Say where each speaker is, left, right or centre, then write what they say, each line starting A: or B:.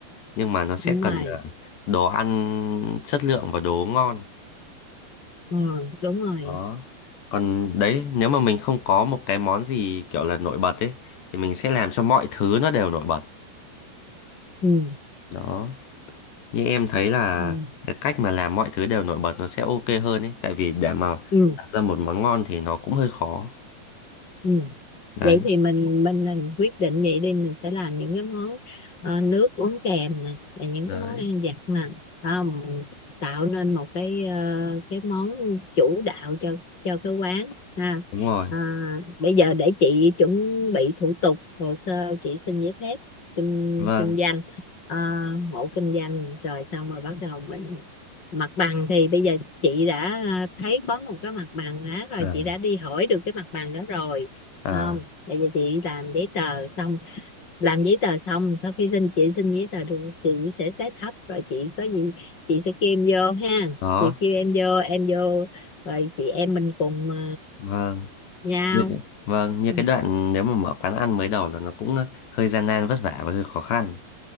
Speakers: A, on the left; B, on the left.
A: nhưng mà nó sẽ
B: đúng
A: cần
B: rồi
A: à, đồ ăn chất lượng và đồ ngon
B: ừ, đúng rồi
A: đó còn đấy nếu mà mình không có một cái món gì kiểu là nổi bật ấy thì mình sẽ làm cho mọi thứ nó đều nổi bật
B: ừ
A: đó như em thấy là
B: ừ
A: cái cách mà làm mọi thứ đều nổi bật nó sẽ ok hơn ấy tại vì để mà
B: ừ
A: đặt ra một món ngon thì nó cũng hơi khó
B: Ừ.
A: đấy
B: Vậy thì mình mình mình quyết định vậy đi mình sẽ làm những cái món ờ, nước uống kèm nè và những
A: đấy
B: cái món ăn vặt nè Phải không mình tạo nên một cái ờ, cái món chủ đạo cho cho cái quán ha
A: đúng rồi
B: à, bây giờ để chị chuẩn bị thủ tục hồ sơ chị xin giấy phép kinh
A: vâng
B: kinh doanh ờ, hộ kinh doanh rồi xong rồi bắt đầu mình mặt bằng thì bây giờ chị đã ờ, thấy có một cái mặt bằng đó rồi
A: à
B: chị đã đi hỏi được cái mặt bằng đó rồi
A: à
B: không tại vì chị làm giấy tờ xong làm giấy tờ xong sau khi xin chị xin giấy tờ được chị sẽ set up rồi chị có gì chị sẽ kêu em vô ha
A: đó
B: chị kêu em vô em vô rồi chị em mình cùng ờ,
A: vâng
B: nhau
A: như cái, vâng như
B: Ừ,
A: cái đoạn nếu mà mở quán ăn mới đầu là nó cũng ờ, hơi gian nan vất vả và hơi khó khăn